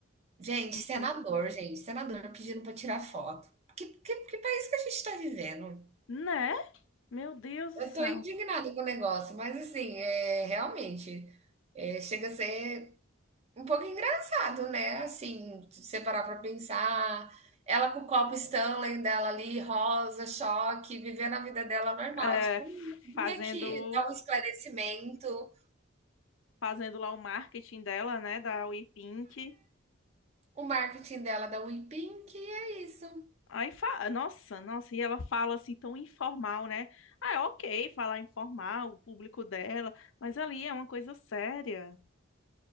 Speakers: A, on the right; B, on the left.
A: Gente, senador,
B: Hum?
A: gente, senador pedindo pra tirar foto. Que, que, que país que a gente tá vivendo?
B: Né? Meu Deus do
A: Eu
B: céu.
A: tô indignada com o negócio, mas assim, é realmente é, chega a ser um pouco engraçado, né? Assim, se você parar pra pensar, ela com o copo Stanley dela ali, rosa, choque, vivendo a vida dela normal.
B: É,
A: Tipo, "Hum, vim
B: fazendo,
A: aqui dar um esclarecimento.
B: fazendo lá o marketing dela, né, da WePink.
A: O marketing dela da WePink, e é isso.
B: Aí, fa... nossa, nossa, e ela fala assim tão informal, né? Ah, é ok falar informal, o público dela, mas ali é uma coisa séria.